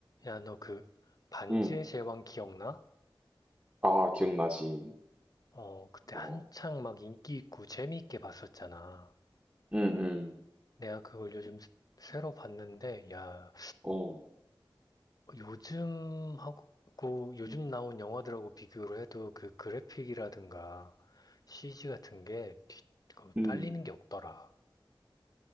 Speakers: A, on the left (about 45°); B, on the right (about 25°).
A: 야, 너 그 반지의
B: 음.
A: 제왕 기억나?
B: 아, 기억나지.
A: 어, 그때
B: 어.
A: 한창 막 인기 있고 재미있게 봤었잖아.
B: 음, 음.
A: 내가 그걸 요즘 스- 새로 봤는데, 야,
B: 어.
A: 요즘 하고 요즘
B: 음.
A: 나온 영화들하고 비교를 해도 그 그래픽이라든가 CG 같은 게 뒤, 그
B: 음.
A: 딸리는 게 없더라.